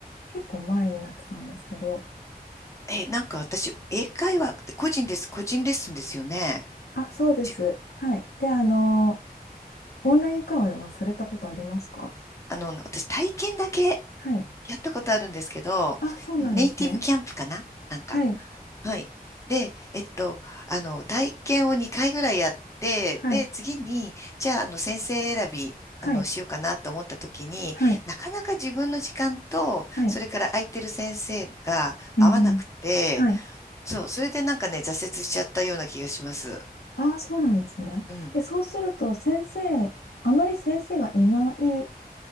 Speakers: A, on the left; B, on the left.
A: 結構前にやってたんですけど。
B: え、なんか私、英会話って個人です、個人レッスンですよね。
A: あ、そうです。
B: 違う。
A: はい。で、あの、オンライン会話はされたことありますか
B: あの、私体験だけ
A: はい。
B: やったことあるんですけど、
A: あ、そうなんですね。
B: ネイティブキャンプかななんか。
A: はい。
B: はい。で、えっと、あの、体験を2回ぐらいやって、
A: はい。
B: で、次に、じゃあ、あの、先生選び、
A: はい。
B: あの、しようかなと思った時に、
A: はい。
B: なかなか自分の時間と、
A: はい。
B: それから空いてる先生が合わなくて、
A: うんうん。はい。
B: そう、それでなんかね、挫折しちゃったような気がします。
A: あ、そうなんですね。
B: うん。
A: え、そうすると、先生、あまり先生がいない